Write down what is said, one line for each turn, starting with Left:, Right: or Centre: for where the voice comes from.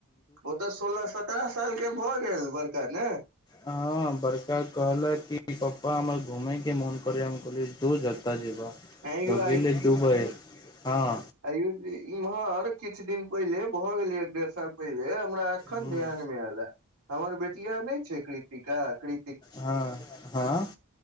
Right: ओ तऽ सोलह सत्ररह साल के भऽ गेल बड़का ने
Left: हँ बरका कहल कि पप्पा आर घुमैके मोन करैये हम कहलियै जो जत्तऽ जेबह
Right: ऐं यौ
Left: तऽ गेलै दुबइ हँ
Right: आयो इम्हर किछु दिन पहिले भऽ गेलै एक डेढ़ साल पहिले हमरा अखन
Left: हँ
Right: ध्यान मे एल ये हमर बेटिया नय छै कृतिका कृ
Left: हँ हँ